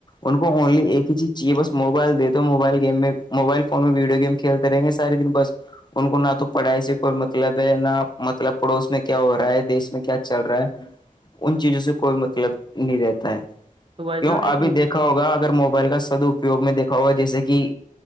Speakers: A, on the left; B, on the right.
A: ان کو اونلی ایک ہییز چاہیے بس موبائل د دو موبائل گیم میں موبائل فون میں ویڈیو گیم- کھیلتے رہیں گے سارے دن بس ان کو نہ تو پڑھائی سے کوئی مطلب ہے نہ مطلب پڑوس میں کیا ہو رہا ہے دیش میں کیا چل رہا ہے ان چیزوں سے کوئی مطلب نہیں رہتا ہے
B: تو بھائی
A: کیوں
B: جان ایک
A: ابھی دیکھ یکا ہوگ اگر موبائل کا سدپیگ میں دیکا ہوگا جیسے کہ